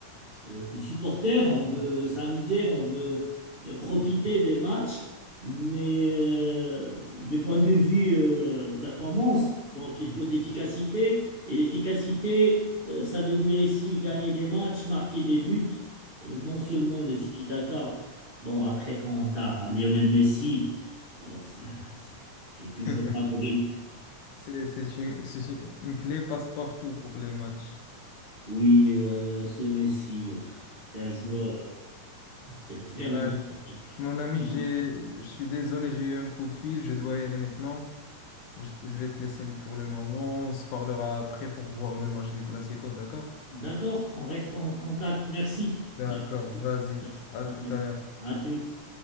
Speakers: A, on the right; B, on the left.
A: euh, que supporter, on veut s'amuser, on veut euh, profiter des matchs, mais euh, du point de vue euh, performance, donc il faut de l'efficacité, et l'efficacité, euh, ça veut dire ici gagner des matchs, marquer des buts, euh, non seulement le tiki-taka. Bon, après, quand t'as Lionel Messi, euh, ça, c'est- tu es toujours
B: <laughs>
A: favori.
B: C'est, c'est une, c'est une une clé passe-partout pour les matchs.
A: Oui, euh, ce Messi, pff, c'est un joueur, euh, c'est vraiment
B: Allez.
A: magnifique.
B: Mon ami,
A: Mm.
B: j'ai, je suis désolé, j'ai eu un coup de fil, je dois y aller maintenant. Je, je vais te laisser pour le moment. On se parlera après pour voir le match du Classico, d'accord?
A: D'accord, on reste en contact. Merci.
B: D'accord,
A: Merci.
B: vas-y,
A: Merci.
B: à tout à l'heure.
A: À toutes.